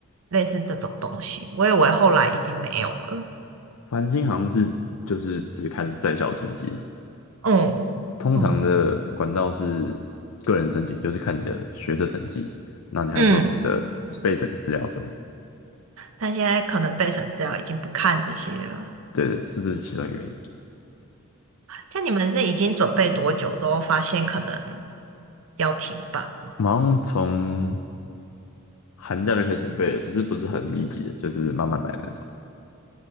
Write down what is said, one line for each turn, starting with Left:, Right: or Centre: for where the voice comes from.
Right: 类似这种东西，我以为后来已经没有了。
Left: 繁星好像是就是只看在校成绩，
Right: 嗯嗯
Left: 通常的管道是个人申请，就是看你的学测成绩，那你还要做你的备审资料什么的。
Right: 嗯，但现在可能备审资料已经不看这些了。
Left: 对的，是这是其中一个原因。
Right: 像你们是已经准备多久之后发现可能要停办？
Left: 我们好像从寒假就开始准备了，只是不是很密集的，就是慢慢来的那种。